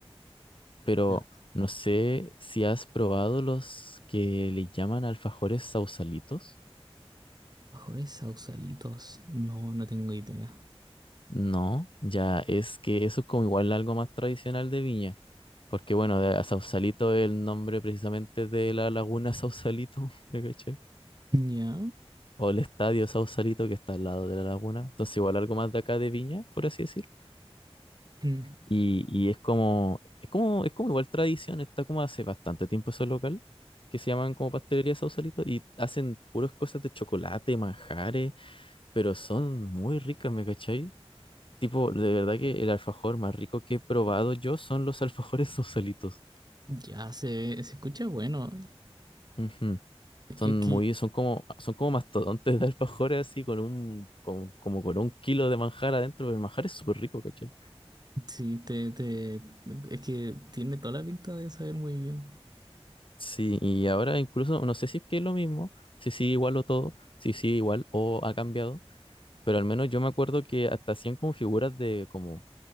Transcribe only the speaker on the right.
Ya,
mejores sausalitos. No, no tengo idea.
Ya,
mm,
ya se, se escucha bueno.
Es
que
sí, te, te, es que tiene toda la pinta de saber muy bien.